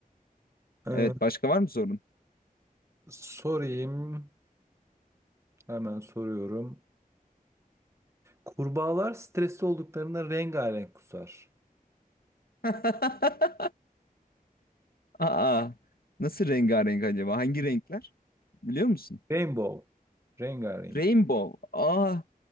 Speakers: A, on the right; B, on the left.
A: Ee,
B: Evet başka var mı sorun?
A: sorayım. Hemen soruyorum. Kurbağalar stresli olduklarında rengarenk kusar.
B: <laughs> Aa, nasıl rengarenk acaba? Hangi renkler? Biliyor musun?
A: Rainbow. Rengarenk.
B: Rainbow. Aa